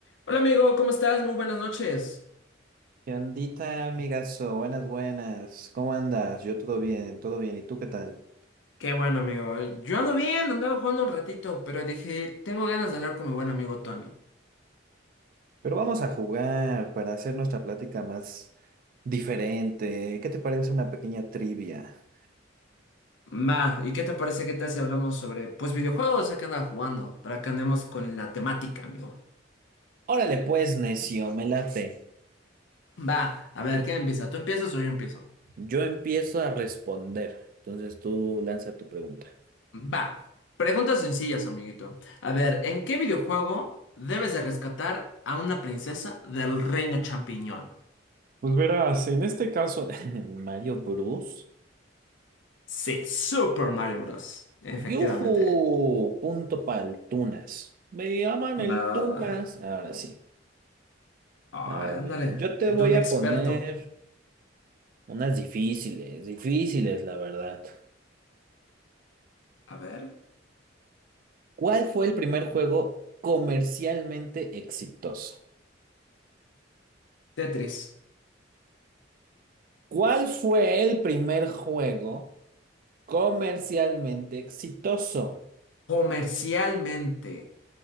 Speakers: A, on the left (about 70°); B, on the right (about 45°).
A: Hola amigo, ¿cómo estás? Muy buenas noches.
B: ¿Qué ondita, amigazo? Buenas, buenas. ¿Cómo andas? Yo todo bien, todo bien. ¿Y tú qué tal?
A: Qué bueno amigo. Yo ando bien, andaba jugando un ratito, pero dije, tengo ganas de hablar con mi buen amigo Tony.
B: Pero vamos a jugar para hacer nuestra plática más diferente. ¿Qué te parece una pequeña trivia?
A: Va, ¿y qué te parece? ¿Qué tal si hablamos sobre, pues, videojuegos ya que andaba jugando? Para que andemos con la temática, amigo.
B: Órale pues, necio, me late.
A: Va, a ver, ¿quién empieza? ¿Tú empiezas o yo empiezo?
B: Yo empiezo a responder. Entonces tú lanza tu pregunta.
A: Va. Preguntas sencillas, amiguito. A ver, ¿en qué videojuego debes de rescatar a una princesa del reino champiñón?
B: Pues verás, en este caso, <laughs> Mario Bruce.
A: Sí, Super Mario Bros. Efectivamente.
B: ¡Yujú! Punto pa'l Tunas. Me llaman el
A: Va, va,
B: Tunas.
A: va.
B: Ahora sí.
A: Ay,
B: A
A: ándale,
B: ver, yo te
A: el
B: voy
A: don experto.
B: a poner. Unas difíciles, difíciles, la verdad.
A: A ver,
B: ¿Cuál fue el primer juego comercialmente exitoso?
A: Tetris.
B: ¿Cuál fue el primer juego comercialmente exitoso?
A: Comercialmente.